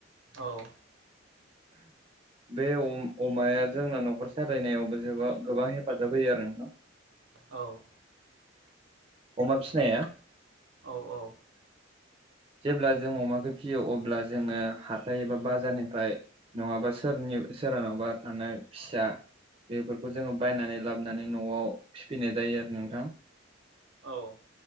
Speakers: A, on the right; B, on the right.
A: औ।
B: बे अम अमाया जोंना न'खर सालायनायावबो जोबा गोबां हेफाजाब होयो आरो नोंथां।
A: औ।
B: अमा बिसिनाया।
A: औ औ।
B: जेब्ला जों अमाखौ फियो अब्ला जोङो हाथाय एबा बाजारनिफ्राय नङाबा सोरनि सोरनावबा थानाय फिसा। बेफोरखौ जोङो बायनानै लाबोनानै न'आव फिफैनाय जायो आरो नोंथां।
A: औ।